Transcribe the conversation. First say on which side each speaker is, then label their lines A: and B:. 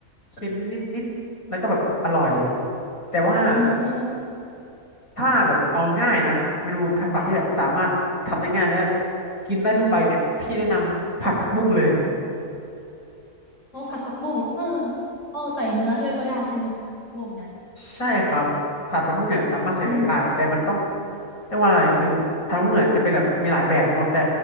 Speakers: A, on the left; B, on the left.
A: เค็มนิดๆแล้วก็แบบอร่อยแต่ว่า
B: อืม
A: ถ้าแบบเอาง่ายนะเมนูผัดผักที่แบบสามารถทำได้ง่ายแล้วก็กินได้ทั่วไปเนี่ยพี่แนะนำผัดผักบุ้งเลย
B: โอ้ผัดผักบุ้งเออเอาใส่เนื้อด้วยก็ได้ใช่ไหมคะผัดผักบุ้งเนี่ย
A: ใช่ครับผัดผักบุ้งเนี่ยสามารถใส่เนื้อได้แต่มันต้อง
B: อืม
A: เรียกว่าอะไรคือผัดผักบุ้งเนี่ยจะเป็นแบบมีหลายแบบเนาะแต่